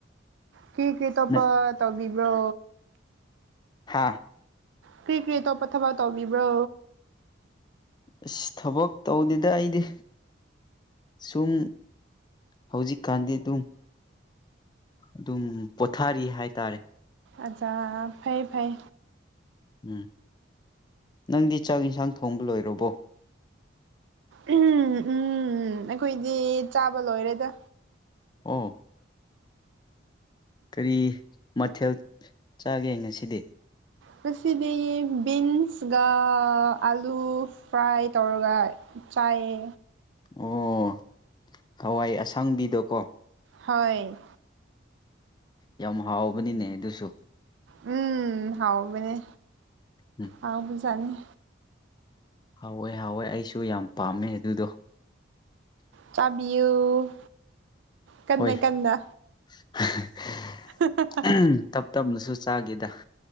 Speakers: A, on the right (about 70°); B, on the left (about 20°).
A: ꯀꯔꯤ ꯀꯔꯤ ꯇꯧꯄꯣ
B: ꯅꯪ
A: ꯇꯧꯕꯤ ꯕ꯭ꯔꯣ
B: ꯍꯥꯥ
A: ꯀ꯭ꯔꯤ ꯀ꯭ꯔꯤ ꯑꯇꯣꯞꯄ ꯊꯕꯛ ꯇꯧꯕꯤꯕ꯭ꯔꯣ
B: ꯑꯁ ꯊꯕꯛ ꯇꯧꯗꯦꯗ ꯑꯩꯗꯤ ꯁꯨꯝ ꯍꯧꯖꯤꯛꯀꯥꯟꯗꯤ ꯑꯗꯨꯝ ꯑꯗꯨꯝ ꯄꯣꯊꯥꯔꯤ ꯍꯥꯏꯇꯥꯔꯦ
A: ꯑꯆꯥꯥ ꯐꯩ ꯐꯩ
B: ꯎꯝ ꯅꯪꯗꯤ ꯆꯥꯛ ꯏꯟꯁꯥꯡ ꯊꯣꯡꯕ ꯂꯣꯏꯔꯕꯣ
A: ꯎꯝ ꯎꯝꯝ ꯑꯩꯈꯣꯏꯗꯤ ꯆꯥꯕ ꯂꯣꯏꯔꯦꯗ
B: ꯑꯣ ꯀꯔꯤ ꯃꯊꯦꯜ ꯆꯥꯒꯦ ꯉꯁꯤꯗꯤ
A: ꯉꯁꯤꯗꯤ ꯕꯤꯟꯁꯒ ꯑꯂꯨ ꯐ꯭ꯔꯥꯏ ꯇꯧꯔꯒ ꯆꯥꯏꯌꯦ
B: ꯑꯣ ꯍꯋꯥꯏ ꯑꯁꯡꯕꯤꯗꯣꯀꯣ
A: ꯍꯣꯏ
B: ꯌꯥꯝ ꯍꯥꯎꯕꯅꯤꯅꯦ ꯑꯗꯨꯁꯨ
A: ꯎꯝ ꯍꯥꯎꯕꯅꯦ
B: ꯎꯝ
A: ꯍꯥꯎꯕꯖꯥꯠꯅꯤ
B: ꯍꯥꯎꯋꯦ ꯍꯥꯎꯋꯦ ꯑꯩꯁꯨ ꯌꯥꯝ ꯄꯥꯝꯃꯦ ꯑꯗꯨꯗꯣ
A: ꯆꯥꯕꯤꯌꯨ ꯀꯟꯅ
B: ꯍꯣꯏ
A: ꯀꯟꯅ
B: <unintelligible>
A: <unintelligible>
B: ꯇꯞ ꯇꯞꯅꯁꯨ ꯆꯥꯒꯦꯗ